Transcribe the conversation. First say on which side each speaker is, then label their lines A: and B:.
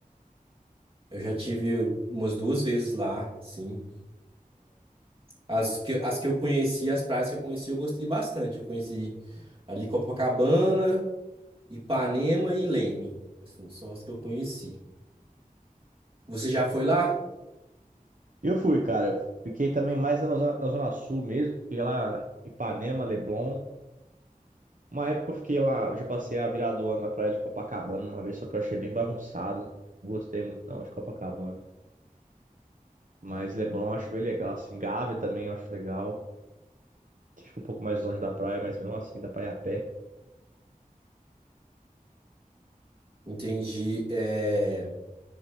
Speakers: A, on the right (about 40°); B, on the right (about 60°).
A: Eu já tive umas duas vezes lá, sim. As que, as que eu conheci, as praias que eu conheci, eu gostei bastante. Eu conheci ali Copacabana, Ipanema e Leme. Assim, são as que eu conheci. Você já foi lá?
B: Eu fui, cara. Fiquei também mais na zona, na zona sul mesmo. Fiquei lá em Ipanema, Leblon. Uma época eu fiquei lá, eu já passei a virada do ano na praia de Copacabana uma vez, só que eu achei bem bagunçado. Não gostei muito não de Copacabana. Mas Leblon eu acho bem legal, assim. Gávea também eu acho legal. que Fica um pouco mais longe da praia, mas mesmo assim dá pra ir a pé.
A: Entendi. É,